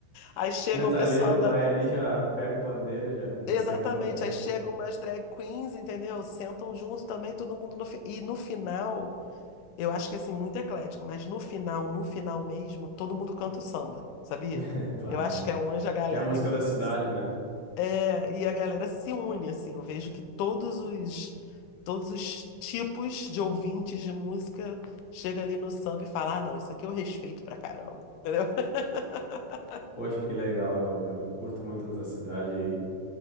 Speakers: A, on the left; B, on the left.
A: Aí chega
B: O Metaleiro
A: o pessoal da,
B: vai ali, já pega o pandeiro, já, já
A: Exatamente,
B: segue tocando.
A: aí chegam umas drag queens, entendeu? Sentam junto também, todo mundo no fi- E no final Eu acho que assim, muito eclético, mas no final, no final mesmo, todo mundo canta o samba, sabia?
B: <laughs> Claro.
A: Eu acho que é onde a galera
B: Que é a música
A: que
B: da
A: s-
B: cidade, né?
A: é, e a galera se une assim. Eu vejo que todos os todos os tipos de ouvintes de música chega ali no samba e fala: "Ah, não, isso aqui eu respeito pra caramba". Entendeu? <laughs>
B: Poxa, que legal. Eu, eu curto muito a tua cidade aí.